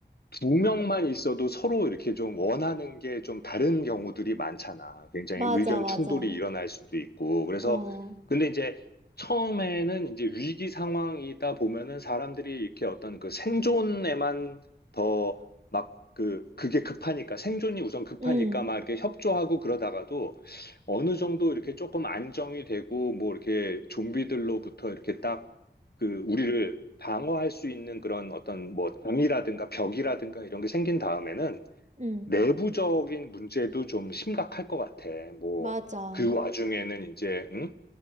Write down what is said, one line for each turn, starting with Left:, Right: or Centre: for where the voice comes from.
Left: 두 명만 있어도 서로 이렇게 좀 원하는 게 좀 다른 경우들이 많잖아. 굉장히
Right: 맞아,
Left: 의견
Right: 맞아.
Left: 충돌이 일어날 수도 있고. 그래서,
Right: 어,
Left: 근데 이제 처음에는 이제 위기 상황이다 보면은 사람들이 이렇게 어떤 그 생존에만 더 막 그, 그게 급하니까, 생존이 우선 급하니까
Right: 응,
Left: 막 이렇게 협조하고 그러다가도 어느 정도 이렇게 조금 안정이 되고 뭐 이렇게 좀비들로부터 이렇게 딱 그 우리를 방어할 수 있는 그런 어떤 뭐 담이라든가 벽이라든가 이런 게 생긴 다음에는
Right: 응,
Left: 내부적인 문제도 좀 심각할 것 같아. 뭐
Right: 맞아.
Left: 그 와중에는 이제 응?